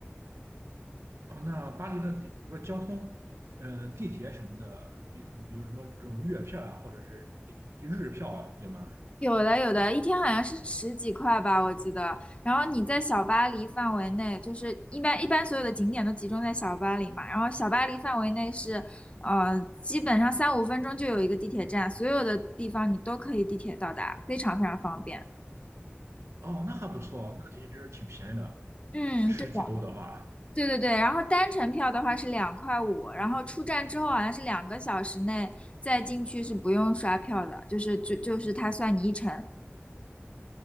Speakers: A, on the right (about 85°); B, on the left (about 25°).
A: 哦，那巴黎的，比如说交通，呃，地铁什么的，有有什么这种月票啊，或者是日票啊，有吗？
B: 有的有的，一天好像是十几块吧，我记得。然后你在小巴黎范围内，就是一般一般所有的景点都集中在小巴黎嘛。然后小巴黎范围内是，呃，基本上三五分钟就有一个地铁站，所有的地方你都可以地铁到达，非常非常方便。
A: 哦，那还不错，那其实挺便宜的，
B: 嗯，
A: 十几欧的话，
B: 对的，对对对。然后单程票的话是两块五，然后出站之后好像是两个小时内再进去是不用刷票的，就是就就是它算你一程。